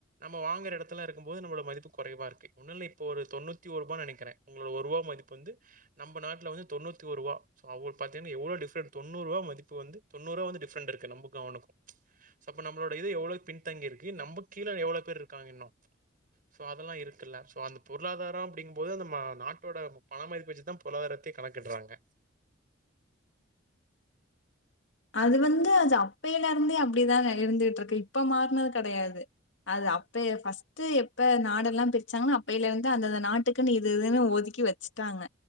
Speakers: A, on the right; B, on the left.
A: நாம வாங்குற எடத்துல இருக்கும் போது நம்மளோட மதிப்பு கொறைவா இருக்கு ஒன்னுல்ல இப் ஒரு தொண்ணூத்தி ஒருபான்னு நெனைக்கறே உங்களோட ஒர்ருவா மதிப்பு வந்து நம்ப நாட் ட்ல வந்து தொண்ணூத்தி ஓருவா சோ அவுளுக் பாத்தீங்கன்னா எவ்ளோ டிஃபரென்ட் தொண்ணூருவா மதிப்பு வந்து தொண்ணூர்வா டிஃபரண்ட் இருக்கு நம்புக்கு அவனுக்கோ சோ அப்ப நம்ளோட இது எவ்ளோ பின் தங்கி இருக்கு நம்பக் கீழ எவ்வளவு பேர் இருக்காங்க இன்னு சோ அதெல்லா இருக் ல்லாம் சோ அந் பொருளாதாரோ அப்டிங்கும்போது அந்த நாட்டோட பண மதிப்பச்சுதா பொருளாதாரத்த கணக்கிடுறாங்க
B: அது வந்து அது அப்பையில இருந்தே அப்டிதா இருந்துகிட்டு இருக்கு இப்ப மாற்னது கெடையாது அது அப்ப ஃபர்ஸ்ட் எப்ப நாடு எல்லா பிரிச்சாங்கன்னா அப்பையில இருந்து அந்தந்த நாட்டுக்குன்னு இது இதுன்னு ஒதுக்கி வெச்சுட்டாங்க